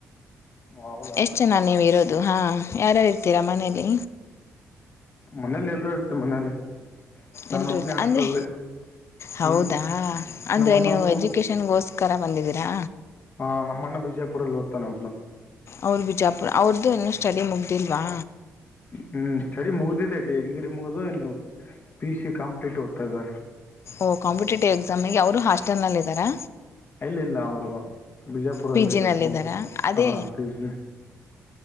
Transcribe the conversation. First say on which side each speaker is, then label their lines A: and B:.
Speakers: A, on the left; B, on the left.
A: ಹೌದಾ
B: ಎಷ್ಟು ಜನ ನೀವು ಇರೋದು ಹಾ ಯಾರ್ಯಾರು ಇರ್ತೀರಾ ಮನೇಲಿ
A: ಮನೇಲಿ ಎಲ್ರೂ ಇರುತ್ತೆ ಮನೇಲಿ ನಾನು
B: ಎಲ್ರು
A: ಒಬ್ಬನೇ
B: ಇ
A: ಹಾಸ್ಟೆಲಲ್ಲಿ
B: ಅಂದ್ರೆ ಹೌದಾ
A: ಹ್ಮ್
B: ಅಂದ್ರೆ
A: ನಮ್ಮ ಅಣ್ಣ
B: ನೀ
A: ಒಬ್ನು
B: ಎಜುಕ ನಿನ್ನಗೋಸ್ಕರ ಬಂದಿದ್ದೀರಾ.
A: ಹಾ ನಮ್ಮಣ್ಣ ಬಿಜಾಪುರದಲ್ಲಿ ಓದ್ತಾನೆ ಒಬ್ಬನು.
B: ಅವರು ಬಿಜಾಪುರ ಅವ್ರದ್ದು ಇನ್ನೂ ಸ್ಟಡಿ ಮುಗ್ದಿಲ್ವಾ.
A: ಹ್ಮ್ ಸ್ಟಡಿ ಮುಗ್ದಿದೆ ಡಿಗ್ರಿ ಮುಗ್ದ ಪಿ ಸಿ ಕಾಂಪಿಟೇಟ್ ಓದ್ತಾಯಿದರೆ.
B: ಓಹ ಕಾಂಪಿಟೇಟಿವ್ ಎಕ್ಸಾಮ್ನಿಗೆ ಅವರು ಹಾಸ್ಟೆಲ್ನಲ್ಲಿ ಇದಾರಾ.
A: ಇಲ್ಲ ಇಲ್ಲ ಅವರು ಬಿಜಾಪುರಲ್ಲ
B: ಪಿ ಜಿನಲ್ಲಿದ್ದಾರಾ
A: ಇದಾರ್ರೇ
B: ಅದೇ
A: ಹ ಪಿಜಿ